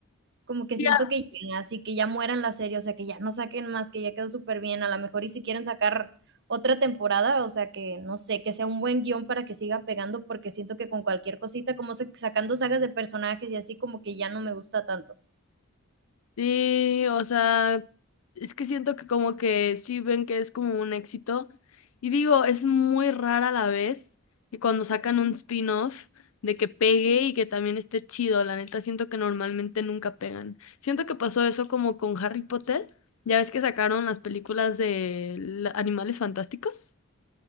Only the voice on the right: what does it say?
Como que
siento que ya, así que ya mueran la serie, o sea, que ya no saquen más, que ya quedó súper bien a lo mejor y si quieren sacar otra temporada, o sea, que no sé, que sea un buen guión para que siga pegando, porque siento que con cualquier cosita, como sa- sacando sagas de personajes y así, como que ya no me gusta tanto.